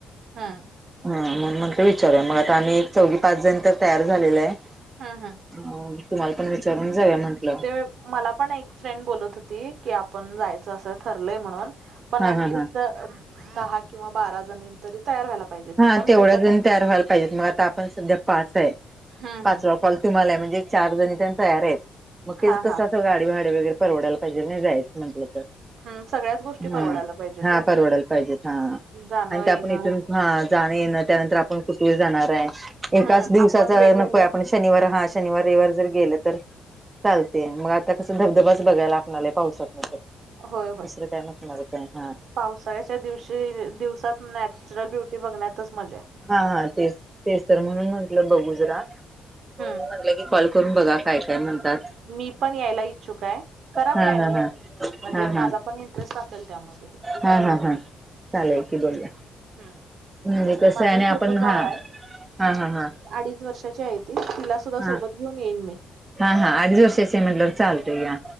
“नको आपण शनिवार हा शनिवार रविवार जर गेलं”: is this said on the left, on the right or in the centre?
Right